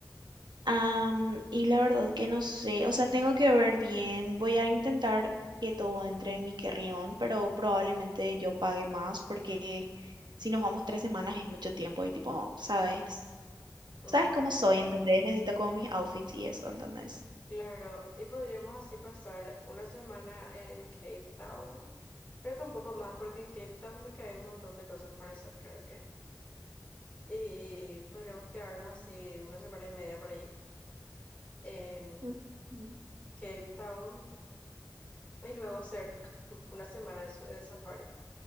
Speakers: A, on the right; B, on the left.
A: Am, y la verdad que no sé, o sea, tengo que ver bien, voy a intentar que todo entre en mi carrión, pero probablemente yo pague más porque si nos vamos tres semanas es mucho tiempo y tipo, sabes,
B: Mm.
A: sabes cómo soy, ¿entendés? Necesito como mis outfits y eso, ¿entendés?
B: Claro, y podríamos así pasar una semana en Cape Town. Creo que un poco más, porque en Cape Town lo que hay un montón de cosas para hacer, creo que. Y podríamos quedarnos así una semana y media por ahí en
A: Ujú.
B: Cape Town y luego hacer <laughs> <clears throat> una semana de, su- de safari,